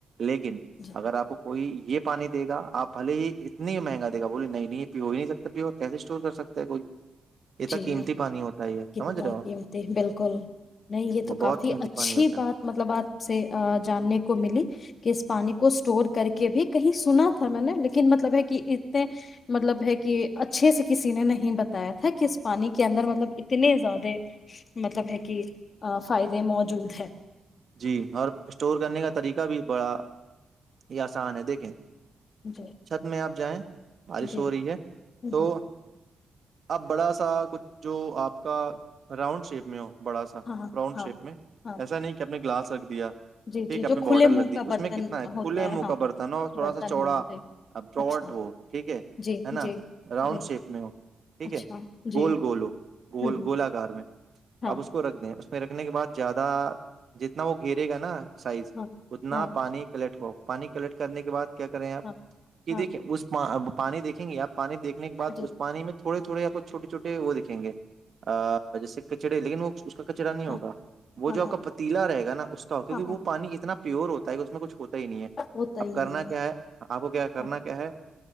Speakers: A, on the right (about 55°); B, on the left (about 60°).
A: لیکن
B: جی
A: اگر آپ کو کوئی یہ پانی دےا آپ بلے ہی اتنی مہنگا د گا بولے نہیں نہیں یہ پی ہی نہیں سکتا پیو کیس کر سکتا ہے کوئی یہت
B: جی
A: قیمتی پانی ہوتا ہے یہ
B: کتنا
A: سمجھ رہے ہو آپ
B: قیمتی بالکل نہیں تو
A: وہ
B: کافی
A: بہت قیمتی
B: اچھی
A: پانی ہوتا
B: بات
A: ہے
B: مطلب آپ سے جاننے کو ملی کہ اس پانی کو اسٹور کر کے بھی کہیں سنا تھا میں نے لیکن مطلب ہے کہ اتنے مطلب ہے کہ اچھے سے کسی نے نہیں بتایا تھا کہ اس پانی کے اندر مطلب تنے زیاد مطلب ہے کہ ا فائد موجوود ہے
A: جی اور اسٹور کرنے کا طریقہ بھی بڑا یہ آسان ہے دیکھیں
B: جی
A: چھت میں آپ جائیں بارش
B: جی
A: ہو رہی ہے
B: ہوں،
A: تو
B: ہوں.
A: اب بڑا سا کچھ جو آپ کا راؤنڈ شیپ میں ہو بڑا سا
B: ہاں
A: راؤنڈ
B: ہاں
A: شیپ میں
B: ہاں
A: ایسا نہیں گلا سکتی ہے ٹھیک
B: جی جی
A: ہے اپنے
B: جو کھلے
A: بارڈر لکھ
B: منہ
A: دی
B: کا
A: اس
B: برتن
A: میں کتنا ہے کھلے
B: ہوتا
A: منہ
B: ہاں
A: کا برتن ہو تھوڑا
B: برتن
A: سا چوڑا
B: ہونا چاہیے
A: باٹ
B: اچھا
A: ہو ٹھیک ہے
B: جی
A: نا
B: جی
A: راؤنڈ
B: جی
A: شیپ میں ہو ٹھیک
B: اچھا
A: ہے گول
B: جی
A: گول ہو گول
B: ہوں ہوں
A: گولہ گار میں
B: ہاں
A: آپ اس کو رکھ دیں پھرکنے کے بعد زیادہ جتنا وہ گھیرے گا نا سائز
B: ہاں
A: اتنا
B: ہاں
A: پانی کلیٹ ہو پانی کلیکٹ کرنے کے بعد کیا کریں آپ
B: ہاں
A: کہ
B: ہاں
A: دیکھیے اس پانی دیکیں گے آپ پانی دیکنے کے بد
B: جی
A: اس پانی میں تھوڑے تھوڑے آپ کو چھوٹے چھوٹے وہ دکھیں گے جیسے کچڑے لیکن وہ اس کا کچرا نہیں
B: ہاں
A: ہوگا وہ
B: ہاں
A: جو آپ
B: ہاں
A: کا پ پیلا رہے گ نا اس کا کیونکہ
B: ہاں ہاں
A: وہ پانی کتنا پیور ہوتا ہے اس میں کچ ہوتا ہی نہیں ہے
B: ہوتا
A: اب
B: ہی
A: کرنا
B: نہیں
A: کیا ہے آپ کو کیا کرنا
B: ہاں
A: کیا ہے